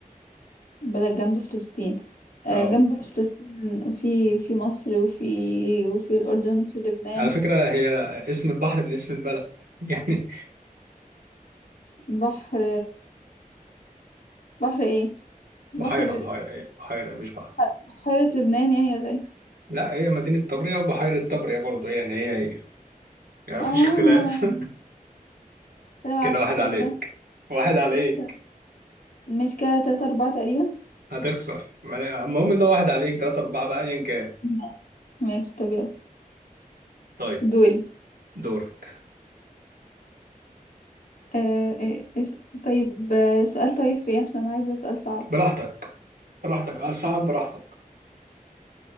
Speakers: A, on the left (about 70°); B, on the right (about 90°).
A: بلد جنب فلسطين آه
B: اه
A: جنب فلسطين في في مصر وفي وفي الأردن وفي لبنان
B: على فكرة هي اسم البحر من اسم البلد <laughs> يعني
A: بحر بحر ايه بحر
B: بحيرة بحيرة هي بحيرة مش بحر
A: ح- حارة لبنان يعني ولا ايه
B: لا هي مدينة طبريا وبحيرة طبريا برضه يعني هي هي يعني مفيش
A: اه
B: اختلاف <laughs>
A: لو على
B: كده
A: السخافة
B: واحد عليك واحد عليك
A: طب ماشي كده تلاتة أربعة تقريبا
B: هتخسر ما أنا- المهم ان هو واحد عليك تلاتة أربعة بقى أيا كان
A: ماشي ماشي طب يلا
B: طيب
A: دوري
B: دورك
A: آه آه، إيش طيب آه، سؤال طيب فيه عشان عايزة سؤال صعب
B: براحتك براحتك اه صعب براحتك